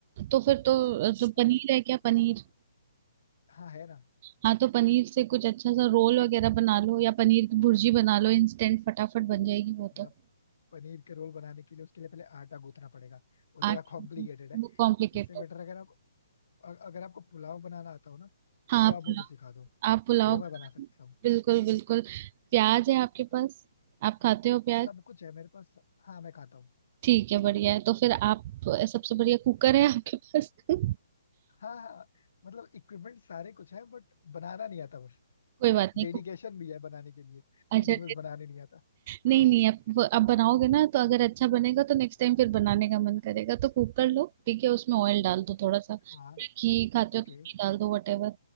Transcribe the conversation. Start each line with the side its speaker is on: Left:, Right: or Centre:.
Right: तो फिर तो जो
Left: मतलब
Right: पनीर है क्या पनीर
Left: हाँ है ना
Right: हाँ तो पनीर से कुछ अच्छा सा रोल वगैरह बना लो या पनीर की भुर्जी बना लो इंस्टेंट फटाफट बन जाएगी वो तो
Left: या पनीर के रोल बनाने के लिए उसके लिए पहले आटा गूंथना पड़ेगा वो
Right: आट
Left: थोड़ा कॉम्प्लिकेटेड है
Right: वो कॉम्प्लिकेटेड
Left: इससे बेटर अगर आप अ- अगर आपको पुलाव बनाना आता हो ना
Right: हाँ
Left: वो
Right: आप
Left: आप मुझे
Right: पुलाव
Left: सिखा दो
Right: आप पुलाव
Left: वो मैं बना सकता हूँ
Right: बिल्कुल बिल्कुल प्याज है आपके पास आप खाते हो प्याज
Left: सब कुछ है मेरे पास हाँ मैं खाता हूँ
Right: ठीक है बढ़िया है तो फिर आप सबसे बढ़िया कुकर है आपके पास <laughs> कोई
Left: हाँ हाँ मतलब इक्विपमेंट सारे कुछ है बट बनाना नहीं आता बस
Right: बात
Left: डेडिकेशन
Right: नहीं कुक
Left: भी है बनाने के लिए
Right: अच्छा
Left: लेकिन बस बनाने नहीं आता
Right: नहीं नहीं अब अब बनाओगे ना तो अगर अच्छा बनेगा तो नेक्स्ट टाइम फिर बनाने का मन करेगा तो कुकर लो ठीक है उसमें ऑयल डाल दो थोड़ा सा
Left: हाँ
Right: घी खाते हो
Left: ओके
Right: तो घी डाल दो वटेवर